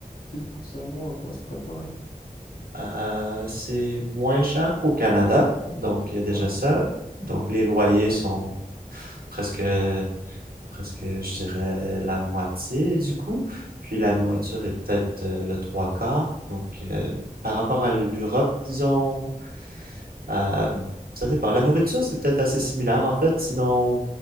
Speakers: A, on the left; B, on the right.
A: juste pour savoir à quoi se préparer.
B: Euh, c'est moins cher qu'au Canada, donc il y a déjà
A: Ouais,
B: ça. Donc les loyers sont presque, presque, je dirais, la moitié du coût. Puis la nourriture
A: ouais.
B: est peut-être euh, le trois quarts. Donc euh, par rapport à l'Europe, disons, euh, ça dépend. La nourriture, c'est peut-être assez similaire en fait, sinon